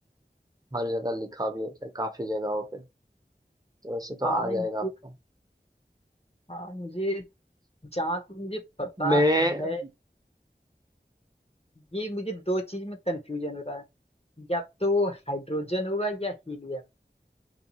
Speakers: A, on the right; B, on the left.
A: हर जगह लिखा भी होता है काफी जगहों पे तो वैसे तो
B: हाँ
A: आ
B: ये
A: जाएगा आपको
B: हाँ मुझे जहाँ तक मुझे पता
A: मैं
B: है ये मुझे दो चीज में कंफ्यूजन हो रहा है या तो हाइड्रोजन होगा या हीलियम